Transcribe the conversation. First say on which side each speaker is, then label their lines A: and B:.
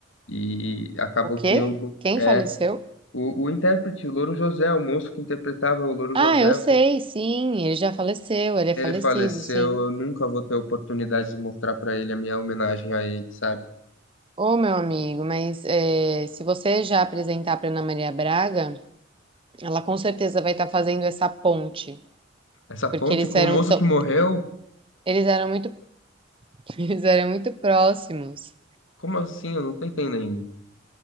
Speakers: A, on the left; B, on the right.
A: E acabou
B: O quê?
A: que eu. não-
B: Quem
A: É,
B: faleceu?
A: o, o intérprete, o Louro José, o moço que interpretava o Louro José,
B: Ah, eu
A: o
B: sei,
A: tempo
B: sim. Ele já faleceu. Ele é
A: ele
B: falecido,
A: faleceu,
B: sim.
A: eu nunca vou ter oportunidade de mostrar pra ele a minha homenagem a ele, sabe?
B: Ô, meu amigo, mas é, se você já apresentar para Ana Maria Braga, ela com certeza vai estar fazendo essa ponte,
A: Essa
B: porque
A: ponte
B: eles
A: com
B: eram
A: o moço
B: tão,
A: que morreu.
B: eles eram muito, <laughs> eles eram muito próximos.
A: Como assim? Eu não tô entendendo.